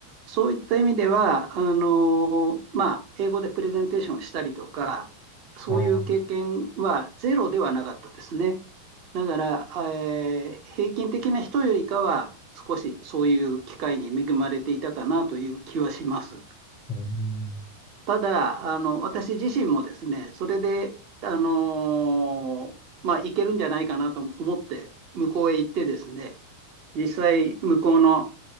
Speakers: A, on the right; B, on the left.
A: そういった意味では、あの、まあ、英語でプレゼンテーションをしたりとか、そういう経験はゼロではなかったですね。
B: あー
A: だから、えー平均的な人よりかは、少しそういう機会に恵まれていたかなという気はします。
B: うーん。
A: ただ、あの、私自身もですね、それで、あのーまあ、いけるんじゃないかなと思って、向こうへ行ってですね、実際、向こうの